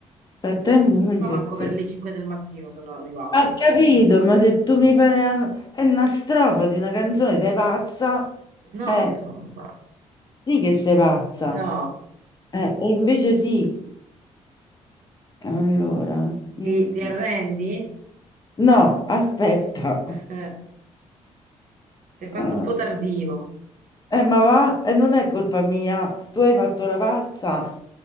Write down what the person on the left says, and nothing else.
appartengono anche
a te.
Ho capito, ma se tu mi fai una, è una strofa di una canzone, sei pazza?
Eh.
Sì che sei pazza.
Eh, e invece sì. Allora, in-
no, aspetta.
Eh,
eh, ma va, eh, non è colpa mia. Tu hai fatto la pazza.